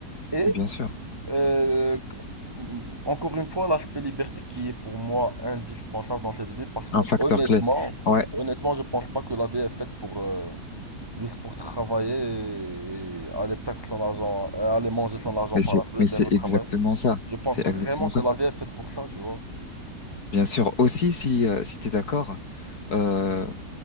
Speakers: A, on the right; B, on the left.
A: Et,
B: bien sûr,
A: euh, encore une fois, l'aspect liberté qui est pour moi indispensable dans cette vie parce que
B: un facteur
A: honnêtement,
B: clé. Ouais,
A: honnêtement, je pense pas que la vie est faite pour euh, juste pour travailler et aller perdre son argent, et aller manger son argent
B: mais
A: par
B: c'est
A: la fenêtre
B: mais c'est
A: et retravailler.
B: exactement ça,
A: Je pense
B: c'est
A: vraiment
B: exactement ça.
A: que la vie est faite pour ça, tu vois.
B: Bien sûr. Aussi, si, euh, si tu es d'accord, euh,